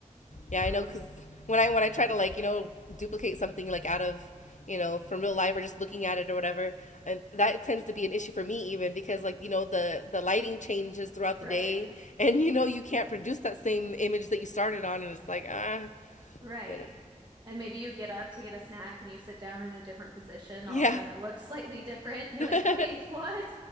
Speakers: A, on the left (about 65°); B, on the right (about 35°).
A: Yeah,
B: It
A: I
B: would
A: know because
B: be
A: when I when I try to like you know duplicate something like out of you know from real life or just looking at it or whatever, and that tends to be an issue for me even because like you know the the lighting changes throughout the
B: right,
A: day <laughs> and you know you can't produce that same image that you started on and it's like ah
B: right.
A: but um,
B: And maybe you get up to get a snack and you sit down in a different position.
A: yeah
B: All of a sudden, it looks <laughs> slightly different. You're
A: <laughs>
B: like, wait, what?